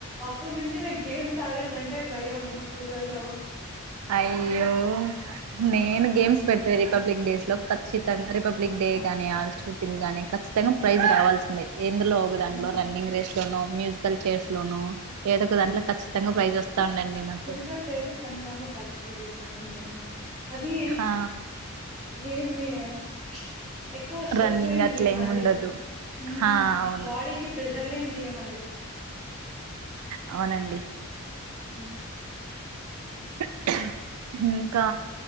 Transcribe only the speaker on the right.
అయ్యో నేను గేమ్స్ పెట్టది రిపబ్లిక్ డేస్ లో ఖచ్చితంగా రిపబ్లిక్ డే కానీ ఆగస్ట్ ఫిఫ్న్ కానీ ఖచ్చితంగా ప్రైజ్ రావాల్సిందే ఎందులో ఒక దాంట్లో
రన్నింగ్ రేస్ లోనూ మ్యూజికల్ చేర్స్ లోనూ ఏదో ఒక దాంట్లో ఖచ్చితంగా ప్రైజ్ వస్తాంది అండి నాకు
ఆ
రన్నింగ్
అట్లా
ఏమి
ఉండదు
ఆ అవును
అవునండి
<unintelligible> ఉ